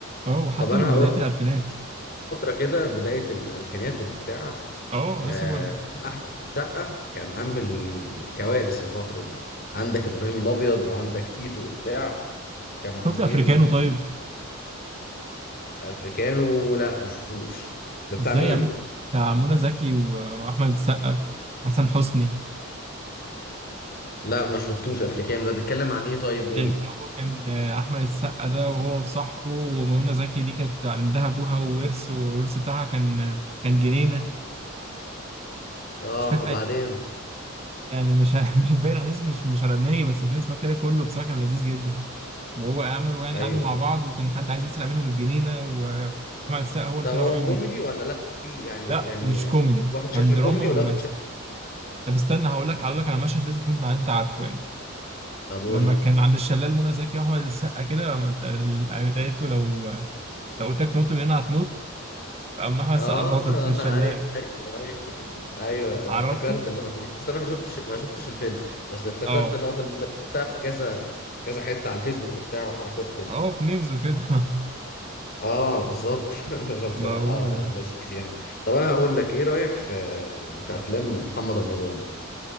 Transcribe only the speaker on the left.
طب انا
هقول
فترة كده بداية الألفينات وبتاع
آه،
أحمد سقا كان عامل كوارث الفترة دي عندك إبراهيم الأبيض وعندك تيتو وبتاع كانوا عاملين
آه،
أفريكانو لا ما شفتوش ده بتاع
مين؟
لا ما شفتوش أفريكانو ده بيتكلم عن إيه طيب قولي
آه
وبعدين
أيوه
طب
هو
كوميدي ولا لا يعني
يعني
واخد
شكل
كوميدي
ولا واخد شكل
طب قولي
آه
<laughs>
أيوه ايوه ايوه
افتكرت اللقطه دي بس انا ما شفتش ما شفتش الفيلم بس افتكرت
اللقطه اللي انت شفتها في كذا كذا حته على الفيسبوك وبتاع وحركات كده
اه بالظبط <laughs> فبصراحه
لذيذ يعني طب انا هقول لك ايه رايك في في افلام محمد رمضان